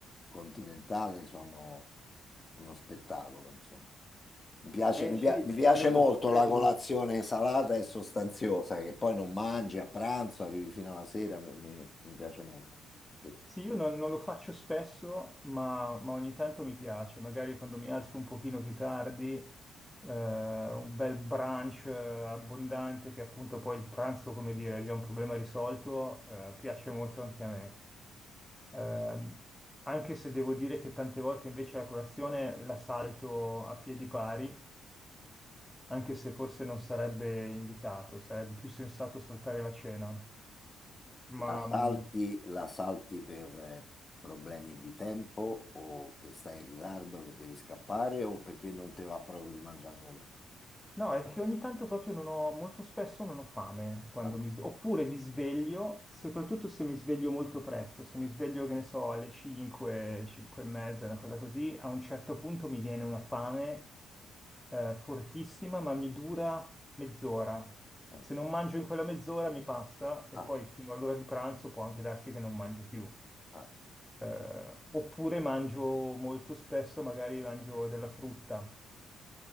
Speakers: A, on the left; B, in the centre.
A: continentale sono uno spettacolo, insomma. Mi piace,
B: Eh
A: mi
B: sì,
A: pia- mi
B: ci
A: piace
B: credo,
A: molto
B: ci credo.
A: la colazione salata e sostanziosa, che poi non mangi a pranzo, arrivi fino alla sera, mi, mi piace molto. Sì.
B: Sì, io non, non lo faccio spesso, ma, ma ogni tanto mi piace. Magari quando mi alzo un pochino più tardi, eh, un bel brunch eh, abbondante, che appunto poi il pranzo, come dire, è già un problema risolto, eh, piace molto anche a me. Ehm, anche se devo dire che tante volte invece la colazione la salto a piedi pari, anche se forse non sarebbe indicato, sarebbe più sensato saltare la cena. Ma
A: La salti,
B: mh,
A: la salti per eh, problemi di tempo o che stai in ritardo, che devi scappare o perché non ti va proprio di mangiare nulla.
B: No, è che ogni tanto proprio non ho, molto spesso non ho fame quando
A: Ah,
B: mi sveglio, oppure mi sveglio, soprattutto se mi sveglio molto presto, se mi sveglio, che ne so, alle 5, 5 e mezza, una cosa così, a un certo punto mi viene una fame eh, fortissima, ma mi dura mezz'ora.
A: ah,
B: Se non mangio in quella mezz'ora mi passa e
A: ah,
B: poi fino all'ora di pranzo può anche darsi che non mangio più.
A: ah.
B: Eh, oppure mangio molto spesso, magari mangio della frutta.